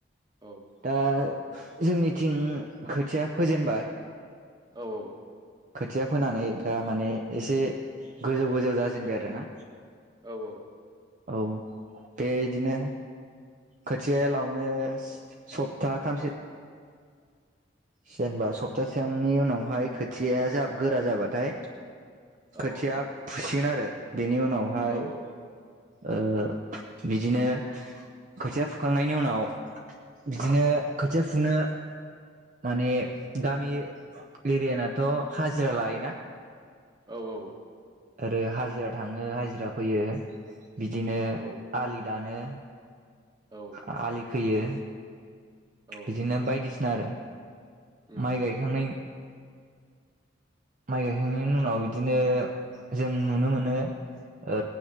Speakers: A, on the right; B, on the right.
A: औ
B: दा जोंनिथिं खोथिया फोजेनबाय
A: औ औ
B: खोथिया फोनानै दा माने एसे गोजौ गोजौ जाजेनबाय आरोना
A: औ औ
B: औ बे इदिनो खोथिया लावनो सप्ता थामसिम जेनबा सप्तासेनि उनावहाय खोथिया जाब गोरा जाबाथाय
A: औ
B: खोथिया फुसिगोन आरो। बेनि उनावहाय
A: औ
B: ओ बिदिनो खोथिया फुखांनायनि उनाव बिदिनो खोथिया फुनो माने गामि एरियानथ' हाजिरा लायोना
A: औ औ
B: आरो हाजिरा थाङो हाजिरा फैयो बिदिनो
A: औ
B: आलि दानो
A: औ
B: आलि खोयो
A: औ
B: बिदिनो बायदिसि ना आरो
A: उम
B: माइ गायखांनाय माइ गायखांनायनि उनाव इदिनो जों नुनो मोनो ओ